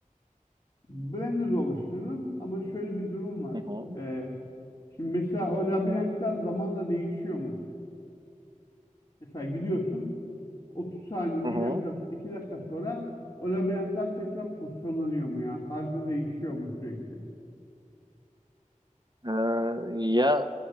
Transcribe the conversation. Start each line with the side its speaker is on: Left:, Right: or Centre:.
Left: Blender oluştururum ama şöyle bir durum var.
Right: Hı hı.
Left: Ee, şimdi mesela o labirentler zamanla değişiyor mu? Mesela gidiyorsun 30 saniye,
Right: Hı hı.
Left: bir dakika, 2 dakika sonra o labirentler tekrar pozisyonlanıyor mu ya? Harita değişiyor mu sürekli?
Right: E, ya